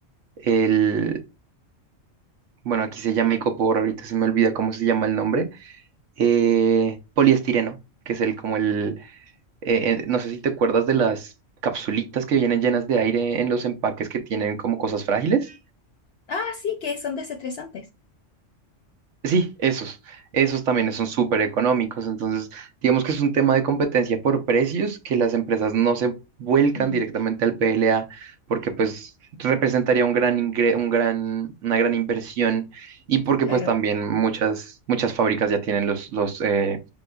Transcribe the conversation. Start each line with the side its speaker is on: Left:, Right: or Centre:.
Right: el, bueno, aquí se llama icopor, ahorita se me olvida cómo se llama el nombre, eh, poliestireno, que es el, como el, eh, eh, no sé si te acuerdas de las capsulitas que vienen llenas de aire en los empaques que tienen como cosas frágiles.
Left: Ah, sí, que son desestresantes.
Right: Sí, esos, esos también son súper económicos, entonces digamos que es un tema de competencia por precios que las empresas no se vuelcan
Left: Mm.
Right: directamente al PLA porque pues representaría un gran ingre- un gran, una gran inversión y porque
Left: Claro,
Right: pues también muchas, muchas fábricas ya tienen los, los, eh,